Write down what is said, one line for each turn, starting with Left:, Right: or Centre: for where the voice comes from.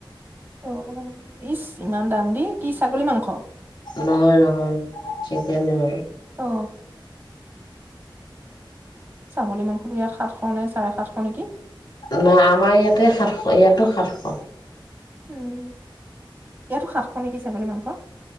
Right: অ ইচ ইমান দাম দ কি ছাগলী মাংস
Left: নহয় নহয় ঠিকনে বু
Right: অ ছাগলী মাংসটো ইয়াত সাতশ নে চাৰে সাতশ নেকি?
Left: নই, আমাৰ ইয়াতে সাতশ, ইয়াতো সাতশ।
Right: উম। ইয়াতো সাত শ নেকি ছাগলী মাংস।